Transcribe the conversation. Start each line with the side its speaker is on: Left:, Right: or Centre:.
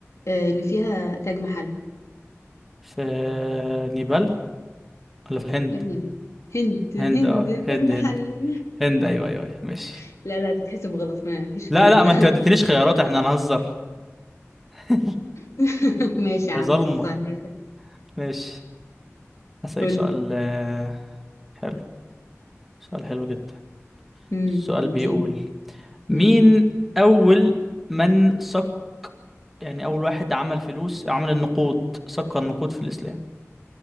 Left: آه، اللي فيها تاج محل
Centre: في نيبال ولا في الهند
Left: يا ابني هند
Centre: هند
Left: هند
Centre: اه هند
Left: تاج محل
Centre: هند هند ايوه ايوه أيوة. ماشي
Left: <laughs> لا لا تتحسب غلط ما فيش الكلام
Centre: لا لا
Left: ده
Centre: ما انت ما اديتنيش خيارات احنا هنهزر <laughs>
Left: <laughs> ماشي يا
Centre: يا
Left: عم
Centre: ظلمة
Left: خلاص هعديها لك.
Centre: ماشي هسألك
Left: قول
Centre: سؤال آه، حلو سؤال حلو جدا
Left: امم
Centre: السؤال
Left: اديني
Centre: بيقول مين
Left: امم
Centre: أول من سك يعني أول واحد عمل فلوس عمل النقود سكر النقود في الإسلام